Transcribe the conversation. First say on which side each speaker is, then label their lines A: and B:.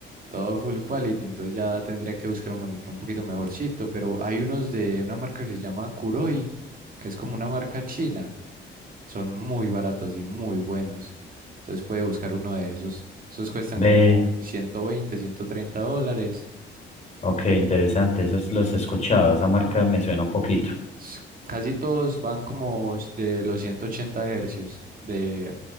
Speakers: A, on the right; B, on the left.
A: Todo full quality, entonces ya tendría que buscar un monitor un poquito mejorcito, pero hay unos de una marca que se llama Kuroi, que es como una marca china. Son muy baratos y muy buenos. Entonces puede buscar uno de esos. Esos cuestan
B: Ve,
A: como ciento veinte ciento treinta dólares.
B: ok, interesante, esos los he escuchado, esa marca me suena un poquito.
A: s- Casi todos van como s- de los 180 hercios de